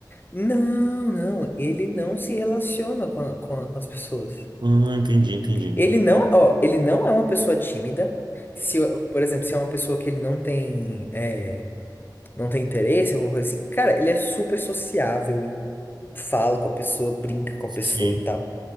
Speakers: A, on the left (about 25°); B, on the right (about 85°).
A: Não, não. Ele não se relaciona com, a- com, a- com as pessoas.
B: Ah, entendi, entendi.
A: Ele não, ó, ele não é uma pessoa tímida. Se, eu- por exemplo, se é uma pessoa que ele não tem, é, não tem interesse, alguma coisa assim, cara, ele é super sociável e fala com a pessoa, brinca com a pessoa
B: Sim.
A: e tal.